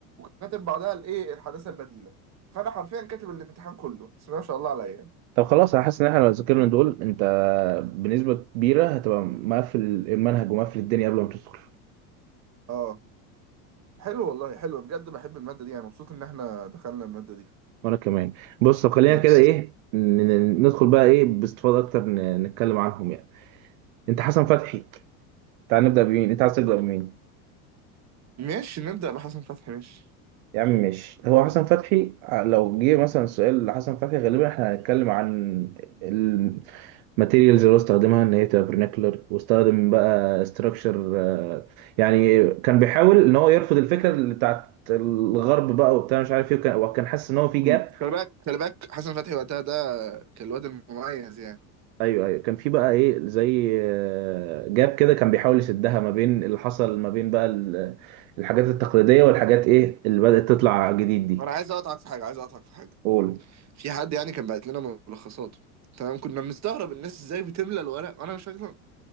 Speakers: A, on the right (about 40°); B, on the right (about 70°).
A: كاتب بعدها الايه الحداثه البديله فانا حرفيا كاتب الامتحان كله بس ما شاء الله عليا
B: طب خلاص انا حاسس ان احنا لو ذاكرنا دول انت بنسبه كبيره هتبقى مقفل المنهج ومقفل الدنيا قبل ما تدخل
A: اه حلو والله حلو بجد بحب الماده دي يعني مبسوط ان احنا دخلنا الماده دي
B: وانا كمان بص طب خلينا
A: Yes.
B: كده ايه ن- ن- ندخل بقى ايه باستفاضه اكتر ن- نتكلم عنهم يعني انت حسن فتحي تعال نبدا بمين انت عايز تبدا بمين
A: ماشي نبدأ بحسن فتحي ماشي
B: يا عم ماشي هو حسن فتحي ع- لو جه مثلا سؤال لحسن فتحي غالبا احنا هنتكلم عن الماتيريالز اللي هو استخدمها ان هي تبقى vernacular واستخدم بقى ستراكشر يعني كان بيحاول ان هو يرفض الفكره اللي بتاعت الغرب بقى وبتاع مش عارف ايه وكان وكان حاسس ان هو في جاب
A: مم. خلي بالك خلي بالك حسن فتحي وقتها ده كان الواد المميز يعني
B: ايوه ايوه كان في بقى ايه زي آه، جاب كده كان بيحاول يسدها ما بين اللي حصل ما بين بقى ال- الحاجات التقليديه والحاجات ايه اللي بدات تطلع جديد دي
A: انا عايز اقطعك في حاجه عايز اقطعك في حاجه
B: قول
A: في حد يعني كان بعت لنا ملخصاته تمام كنا بنستغرب الناس ازاي بتملى الورق وانا مش فاكر